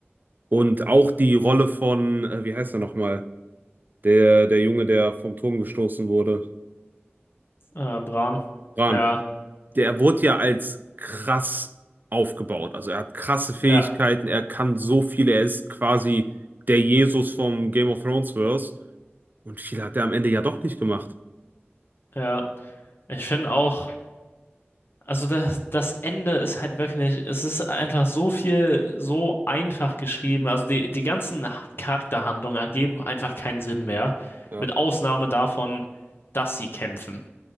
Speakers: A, on the right; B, on the left.
A: Und auch die Rolle von, äh, wie heißt er nochmal? Der, der Junge, der vom Turm gestoßen wurde.
B: äh, Bran.
A: Bran.
B: Ja,
A: der wurde ja als krass aufgebaut. Also er hat krasse Fähigkeiten,
B: ja,
A: er kann so viel, er ist quasi der Jesus vom Game of Thrones Verse. Und viel hat er am Ende ja doch nicht gemacht.
B: ja. Ich finde auch, also das, das Ende ist halt wirklich, es ist einfach so viel, so einfach geschrieben. Also die, die ganzen Charakterhandlungen ergeben einfach keinen Sinn mehr.
A: Ja,
B: Mit Ausnahme davon, dass sie kämpfen.